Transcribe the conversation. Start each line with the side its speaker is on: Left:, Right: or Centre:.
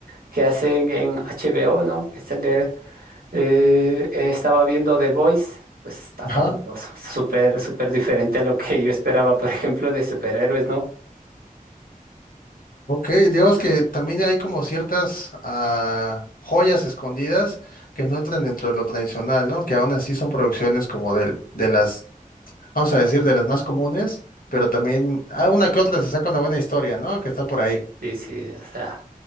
Right: que hacen en HBO, ¿no? Que sale. Eh, eh, estaba viendo The Voice, pues está
Left: Ajá.
Right: fabuloso, súper, súper diferente a lo que yo esperaba, por ejemplo, de superhéroes, ¿no?
Left: Ok, digamos que también hay como ciertas ah, joyas escondidas que no entran dentro de lo tradicional, ¿no? Que aún así son producciones como del- de, las vamos a decir, de las más comunes, pero también, ah, una que otra se saca una buena historia, ¿no? Que está por ahí.
Right: Sí, sí, o sea,